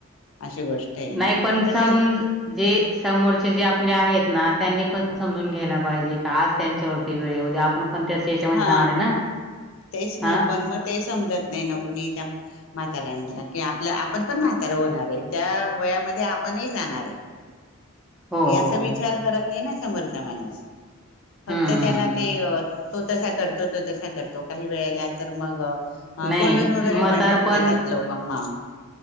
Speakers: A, on the left; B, in the centre.
A: अशी गोष्ट आहे
B: नाही पण
A: तसे
B: समज जे समोरचे जे आपले आहेत ना त्यांनी पण समजून घ्यायला पाहिजे का आज त्यांच्यावरती वेळद्या आपण पण त्याच याच्यामध्ये
A: हा
B: जाणार आहे ना.
A: तेच
B: हां.
A: न पण मग ते समजत नाही न कोणी त्या म्हाताऱ्यां कि आपल्या आपण पण म्हातारा होणार आहे त्या वयामध्ये आपणही जाणार आहे.
B: हो,
A: याचा
B: हो,
A: विचार
B: हो.
A: करत नाही ना समोरचा माणूस फक्त
B: हं, हं,
A: त्याला
B: हं.
A: ते त तसा करतो तो तसा करतो काही वेळेला तर मग
B: नाही
A: कोंडून वगैरे
B: म्हातारपण
A: पण ठेवून देतात लोक म